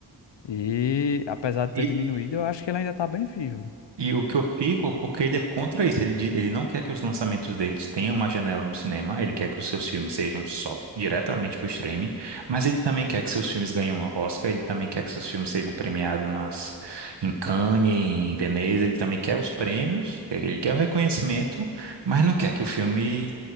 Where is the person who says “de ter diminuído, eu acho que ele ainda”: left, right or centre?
Left